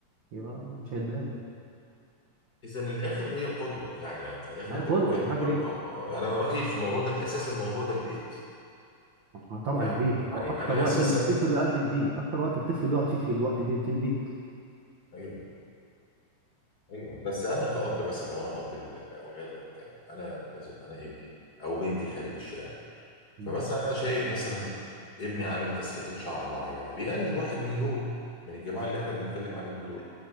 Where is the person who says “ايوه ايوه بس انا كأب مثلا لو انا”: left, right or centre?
Left